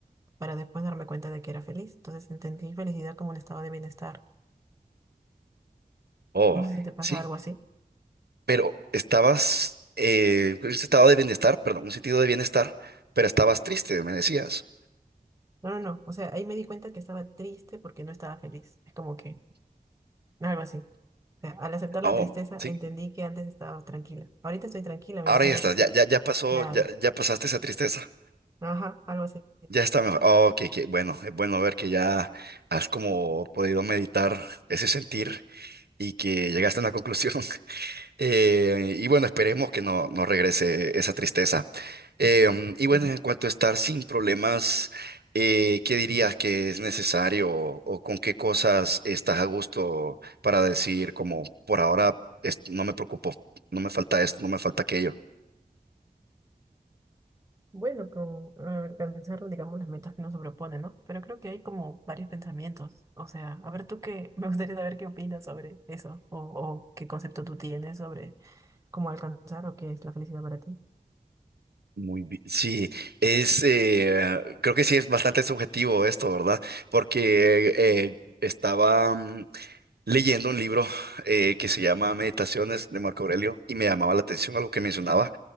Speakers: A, on the right (about 20°); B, on the right (about 80°).
A: para después darme cuenta de que era feliz, entonces entendí felicidad como un estado de bienestar.
B: Oh,
A: No sé si te pasa
B: sí,
A: algo así.
B: pero estabas, eh, en un estado de bienestar, perdón, un sentido de bienestar, pero estabas triste, me decías.
A: No, no, no. O sea, ahí me di cuenta que estaba triste porque no estaba feliz. Es como que algo así. O sea, al aceptar
B: Oh,
A: la tristeza
B: sí,
A: entendí que antes estaba tranquila. Ahorita estoy tranquila, me
B: ahora
A: imagino
B: ya estás,
A: que estoy.
B: ya, ya, ya pasó,
A: Claro.
B: ya, ya pasaste esa tristeza,
A: Ajá, algo así.
B: ya está mejor. Oh, que, que bueno, es bueno ver que ya has como podido meditar ese sentir y que llegaste a una conclusión. <laughs> Eh, y bueno, esperemos que no, no regrese esa tristeza. Eh, mm, y bueno,
A: Ujú.
B: en cuanto a estar sin problemas, eh, ¿qué dirías que es necesario o, o con qué cosas estás a gusto para decir como por ahora es- no me preocupo, no me falta esto, no me falta aquello?
A: Bueno, con eh, alcanzar, digamos, las metas que nos propone, ¿no? Pero creo que hay como varios pensamientos. O sea, a ver tú qué, <laughs> me gustaría saber qué opinas sobre eso o, o qué concepto tú tienes sobre cómo alcanzar o qué es la felicidad para ti.
B: Muy bien. Sí, es, eh, creo que sí es bastante subjetivo esto, ¿verdad? Porque eh, estaba, mm, leyendo un libro eh, que se llama Meditaciones de Marco Aurelio y me llamaba la atención algo que mencionaba,